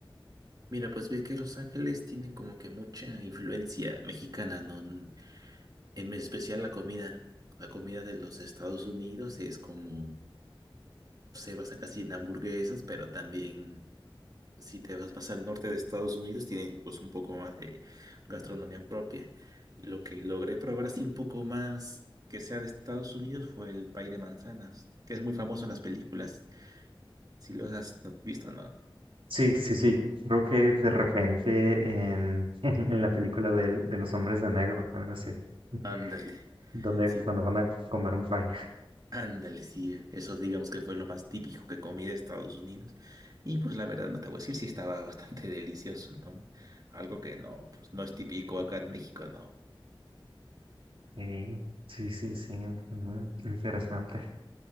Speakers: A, on the right (about 45°); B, on the right (about 85°).
A: Mira, pues ve que Los Ángeles tiene como que mucha influencia mexicana, ¿no? Mm, En especial la comida. La comida de los Estados Unidos es como, se basa casi en hamburguesas, pero también Si te vas más al norte de Estados Unidos, tienen pues un poco más de gastronomía propia. Lo que logré probar así un poco más que sea de Estados Unidos fue el pay de manzanas, que es muy famoso en las películas. Si los has visto, ¿no?
B: Sí, sí, sí. Creo que de repente en, <laughs> en, la película del- de, los hombres de negro, algo así, <laughs>
A: Ándale,
B: donde,
A: sí,
B: cuando van a comer un pie.
A: ándale, sí. Eso digamos que fue lo más típico que comí de Estados Unidos. Y pues la verdad no te voy a decir si estaba bastante <laughs> delicioso, ¿no? Algo que no, pues no es típico acá en México, ¿no?
B: Ey, sí, sí, sí. ujú, Interesante.